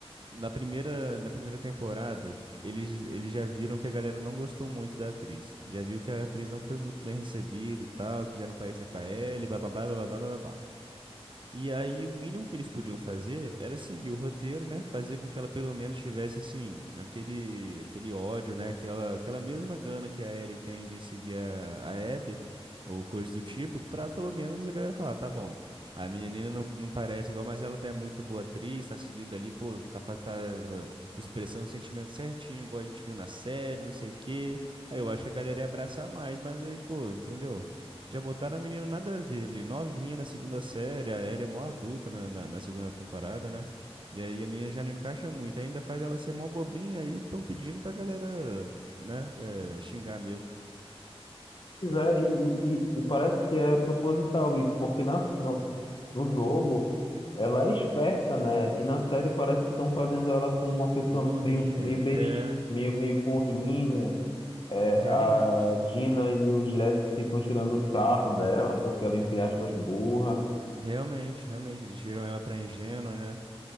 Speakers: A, on the right; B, on the left.
A: na primeira, na primeira temporada, eles, eles já viram que a galera não gostou muito da atriz. Já viu que a atriz não foi muito bem recebida e tal, que já não parecia com a Ellie, bababá, bababá, bababá. E aí o mínimo que eles podiam fazer era seguir o roteiro, né? Fazer com que ela pelo menos tivesse assim aquele aquele ódio, né? Aquela aquela mesma gana que a Ellie tem de seguir a, a Abby ou coisa do tipo, pra pelo menos a galera falar, tá bom. A menina não, não parece igual, mas ela é muito boa atriz, tá seguindo ali, pô, tá, fa- tá eh, expressando o sentimento certinho, igual a gente viu na série, não sei o quê. Aí eu acho que a galera ia abraçar mais, mas aí, pô, entendeu? Já botaram a menina nada a ver ali, novinha na segunda série, a Ellie é mó adulta na, na, na segunda temporada, né? E aí a menina já não encaixa muito, ainda faz ela ser mó bobinha, aí estão pedindo pra galera, né, é, xingar mesmo.
B: pois é. E, e- e- e parece que é proposital isso, porque na, no, no jogo Ela é esperta, né? E na série parece que estão fazendo ela como uma pessoa
A: De burrinha,
B: meio, meio besti,
A: é,
B: meio, meio burrinha. É,
A: realmente,
B: a Gina e o Jess ficam tirando sarro dela porque ela, é, entre aspas, burra.
A: realmente, realmente, eles tiram ela pra ingênua, né?